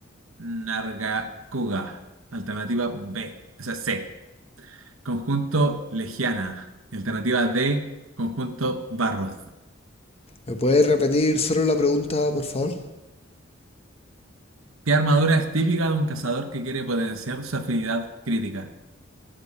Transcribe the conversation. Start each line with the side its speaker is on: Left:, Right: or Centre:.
Right: Nargacuga. Alternativa B. O sea, C. Conjunto Legiana. Y Alternativa D. Conjunto Barros.
Left: ¿Me puedes repetir solo la pregunta, por favor?
Right: ¿Qué armadura es típica de un cazador que quiere potenciar su afinidad crítica?